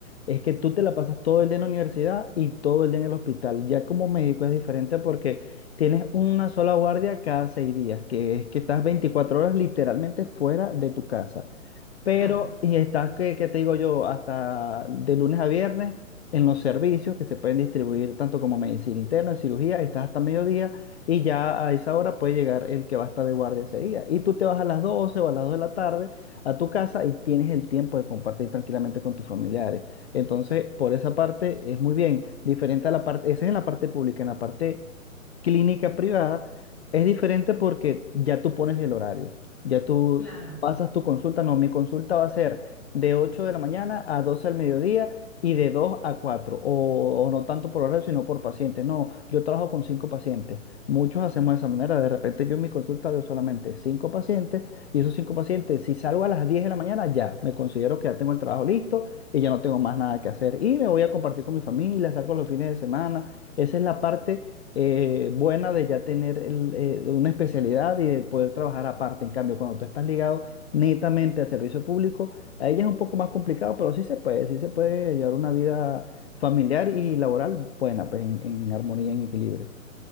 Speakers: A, on the left; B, in the centre.
A: es que tú te la pasas todo el día en la universidad y todo el día en el hospital. Ya como médico es diferente porque tienes una sola guardia cada seis días, que es que estás
B: Ah,
A: 24 horas literalmente fuera de tu casa. Pero,
B: Claro,
A: y está, que que te digo yo? Hasta de lunes a viernes en los servicios que se pueden distribuir tanto como medicina interna, en cirugía, estás hasta mediodía y ya a esa hora puede llegar el que va a estar de guardia ese día. Y tú te vas a las 12 o a las 2 de la tarde a tu casa y tienes el tiempo de compartir tranquilamente con tus familiares. Entonces, por esa parte es muy bien. Diferente a la parte, esa es en la parte pública, en la parte clínica privada es diferente porque ya tú pones el horario. Ya tú
B: claro.
A: pasas tu consulta, no, mi consulta va a ser de 8 de la mañana a 12 al mediodía y de 2 a cuatro o, o no tanto por horario, sino por pacientes. No, yo trabajo con 5 pacientes, muchos hacemos de esa manera, de repente yo en mi consulta veo solamente 5 pacientes y esos 5 pacientes, si salgo a las 10 de la mañana, ya me considero que ya tengo el trabajo listo y ya no tengo más nada que hacer y me voy a compartir con mi familia, salgo los fines de semana, esa es la parte eh, buena de ya tener el, eh, una especialidad y de poder trabajar aparte. En cambio, cuando tú estás ligado netamente al servicio público. a ella es un poco más complicado, pero sí se puede, sí se puede llevar una vida familiar y laboral buena, pues en, en armonía, en equilibrio.